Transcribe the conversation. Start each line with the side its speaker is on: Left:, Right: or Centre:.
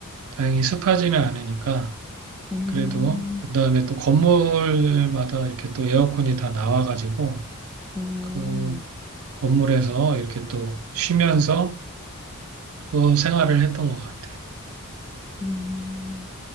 Right: 다행히 습하지는 않으니까,
Centre: 음,
Right: 그래도, 그 다음에 또 건물마다 이렇게 또 에어컨이 다 나와가지고,
Centre: 음,
Right: 그 건물에서 이렇게 또 쉬면서 또 생활을 했던 것 같아.
Centre: 음,